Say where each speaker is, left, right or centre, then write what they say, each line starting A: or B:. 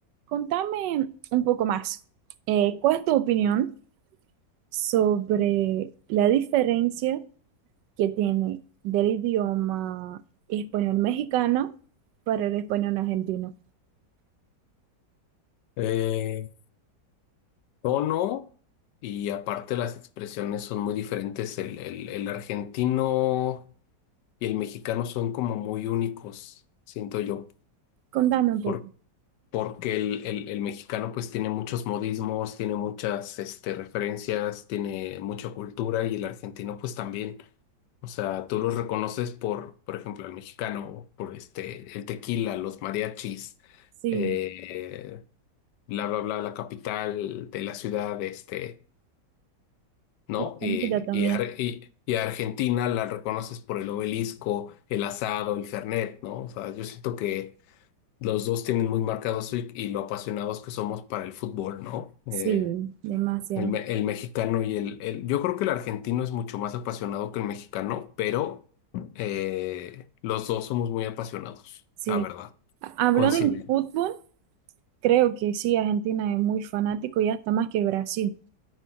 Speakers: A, on the right; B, on the left.
A: Contame un poco más. Eh, ¿cuál es tu opinión sobre la diferencia que tiene del idioma español mexicano para el español argentino?
B: Eh, tono y aparte las expresiones son muy diferentes. El, el, el argentino y el mexicano son como muy únicos, siento yo,
A: Contame un
B: por-
A: poco.
B: porque el, el, el mexicano pues tiene muchos modismos, tiene muchas este, referencias, tiene mucha cultura y el argentino pues también. O sea, tú los reconoces por, por ejemplo, el mexicano, por este, el tequila, los mariachis,
A: Sí,
B: eh, bla, bla, bla, la capital de la ciudad, este. ¿no?
A: la comida
B: Eh,
A: también.
B: y, Ar- y- y a Argentina la reconoces por el obelisco, el asado, el Fernet, ¿no? O sea, yo siento que los dos tienen muy marcado eso y, y lo apasionados que somos para el fútbol, ¿no? Eh,
A: Sí, demasiado.
B: el, me- el mexicano y el, el- Yo creo que el argentino es mucho más apasionado que el mexicano, pero eh, los dos somos muy apasionados,
A: Sí.
B: la verdad.
A: Ha- Hablando
B: Coinciden.
A: en fútbol, creo que sí, Argentina es muy fanático y hasta más que Brasil,